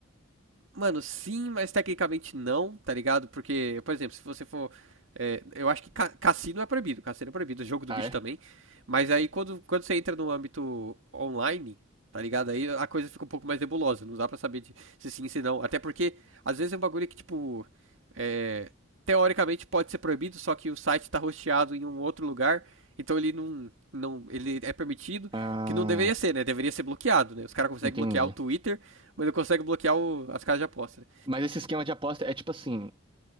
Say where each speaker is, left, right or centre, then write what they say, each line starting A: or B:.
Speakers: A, on the right; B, on the right.
A: Mano, sim, mas tecnicamente não, tá ligado? Porque, por exemplo, se você for. é, eu acho que ca- cassino é proibido, cassino é proibido, jogo do
B: Ah,
A: bicho
B: é?
A: também. Mas aí quando, quando você entra no âmbito online, tá ligado? Aí a coisa fica um pouco mais nebulosa, não dá pra saber de- se sim, se não. Até porque, às vezes é um bagulho que, tipo. é, teoricamente pode ser proibido, só que o site tá hosteado em um outro lugar, então ele não. Não, ele é permitido,
B: Ah,
A: que não deveria ser, né? Deveria ser bloqueado, né? Os caras conseguem
B: entendi.
A: bloquear o Twitter, mas ele consegue bloquear o- as casas de aposta. né?
B: Mas esse esquema de aposta é tipo assim: